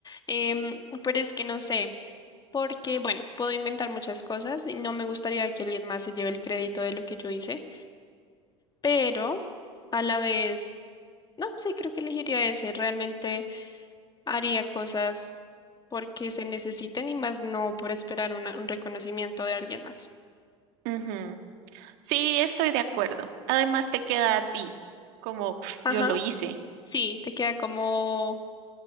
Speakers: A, on the left (about 25°); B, on the right (about 60°).
A: Em, pero es que no sé, porque, bueno, puedo inventar muchas cosas y no me gustaría que alguien más se lleve el crédito de lo que yo hice, pero a la vez, no, sí, creo que elegiría ese. Realmente... haría cosas porque se necesiten y más no por esperar una- un reconocimiento de alguien más.
B: Ujú. Sí, estoy de acuerdo. Además, te queda a ti, como "Uf,
A: Ajá,
B: yo lo hice,
A: sí, te queda como,